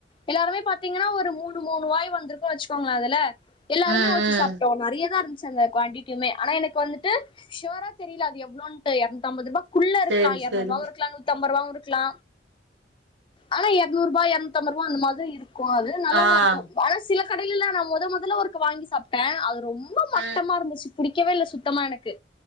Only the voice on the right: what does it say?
ம்
ம்
செரி
செரி
ஆ
ஆ